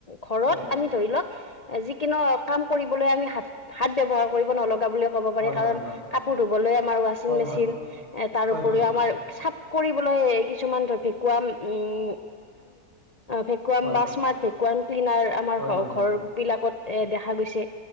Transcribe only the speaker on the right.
হয়
হয়
হয় হয় হয় হয়
হয় হয়
হয় হয় হয় হয় হয় হয়
হয়
হয়
হয়